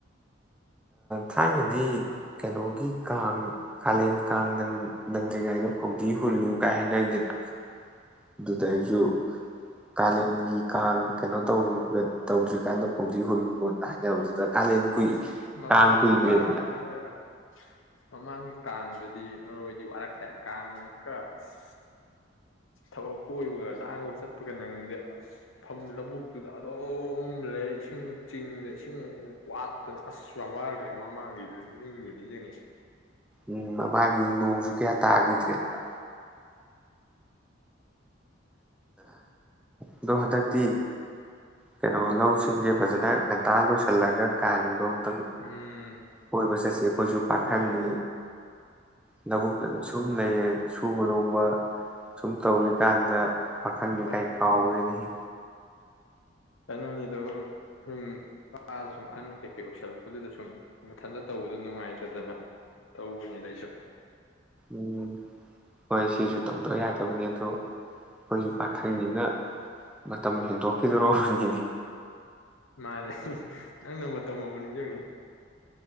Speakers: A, in the centre; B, on the left.
A: ꯊꯥꯏꯅꯗꯤ ꯀꯩꯅꯣꯒꯤ ꯀꯥꯡ ꯀꯥꯂꯦꯟ ꯀꯥꯡ ꯅꯪ ꯅꯪꯗ꯭ꯔꯤꯉꯩꯗ ꯐꯧꯗꯤ ꯍꯨꯜꯂꯨ ꯀꯥꯏ ꯍꯥꯏꯅꯔꯤꯗꯅ ꯑꯗꯨꯗ ꯑꯩꯁꯨ ꯀꯥꯂꯦꯟꯒꯤ ꯀꯥꯡ ꯀꯩꯅꯣ ꯇ ꯇꯧꯗ꯭ꯔꯤꯀꯥꯟꯗ ꯐꯧꯗꯤ ꯍꯨꯜꯂꯨꯔꯣꯅ ꯍꯥꯏꯅꯕꯗꯨꯗ ꯀꯥꯂꯦꯟ ꯀꯨꯏ
B: ꯑꯁ ꯃꯃꯥꯡ
A: ꯀꯥꯡ ꯀꯨꯏꯗ꯭ꯔꯦꯗꯅ
B: ꯀꯥꯡ ꯍꯥꯏꯔꯒ ꯃꯃꯥꯡꯒꯤ ꯀꯥꯡꯗꯗꯤ ꯃꯔꯣꯏꯗꯤ ꯋꯥꯔꯛꯈ꯭ꯔꯦ ꯀꯥꯡ ꯑꯃꯨꯛꯀ ꯑꯁ ꯊꯕꯛ ꯀꯣꯏꯕꯒ ꯂꯥꯡꯕ ꯆꯠꯄꯒ ꯅꯪꯗꯦ ꯑꯁ ꯂꯧꯕꯨꯛꯇꯨꯗ ꯑꯗꯨꯝ ꯂꯩ ꯏꯁꯤꯡ ꯆꯤꯡꯗ ꯏꯁꯤꯡ ꯋꯥꯠꯇꯅ ꯑꯁꯁꯨ ꯌꯥꯝ ꯋꯥꯈ꯭ꯔꯦ ꯃꯃꯥꯡꯒꯤꯗꯨ ꯅꯤꯡꯕ ꯅꯤꯡ ꯌꯦꯡꯉꯤ
A: ꯎꯝ ꯃꯃꯒꯤ ꯅꯣꯡꯁꯨ ꯀꯌꯥ ꯇꯥꯈꯤꯗ꯭ꯔꯦꯗꯅ ꯑꯗꯣ ꯍꯟꯗꯛꯇꯤ ꯀꯩꯅꯣ ꯂꯧꯁꯤꯡꯁꯦ ꯐꯖꯅ ꯉꯟꯇꯥ ꯂꯣꯏꯁꯜꯂꯒ ꯀꯥꯟꯗꯣ ꯇꯪ
B: ꯎꯝ
A: ꯀꯣꯏꯕ ꯆꯠꯁꯤ ꯑꯈꯣꯏꯁꯨ
B: ꯍꯣꯏ
A: ꯄꯥꯈꯪꯅꯤ ꯂꯧꯕꯨꯛꯇꯗ ꯁꯨꯝ ꯂꯩꯌꯦ ꯁꯨꯕꯅꯣꯝ ꯒꯨꯝꯕ ꯁꯨꯝ ꯇꯧꯋꯤꯀꯥꯟꯗ ꯄꯥꯈꯪꯅꯤ
B: ꯍꯣꯏ
A: ꯀꯩ ꯀꯥꯎꯔꯦꯅꯦꯍꯦ
B: ꯀꯩꯅꯨꯅꯤꯗꯣ ꯁꯨꯝ ꯄꯗ ꯁꯨꯝ ꯑꯍꯟ ꯀꯩꯀꯩ ꯑꯣꯏꯁꯜꯂꯛꯄꯗꯨꯗ ꯁꯨꯝ ꯃꯊꯟꯇ ꯇꯧꯕꯗ ꯅꯨꯡꯉꯥꯏꯇꯗꯅ ꯇꯧꯕꯅꯤꯗꯑꯩꯁꯨ
A: ꯎꯝ ꯍꯣꯏ ꯁꯤꯁꯨ ꯇꯧꯗꯕ ꯌꯥꯗꯕꯅꯤ ꯑꯗꯣ ꯑꯈꯣꯏꯁꯨ
B: ꯎꯝ
A: ꯄꯥꯈꯪꯅꯤꯅ ꯃꯇꯝ ꯍꯦꯟꯗꯣꯛ ꯈꯤꯗ꯭ꯔꯣ ꯅꯤꯅꯦ
B: ꯃꯥꯅꯦ <unintelligible> ꯅꯪꯆ <unintelligible>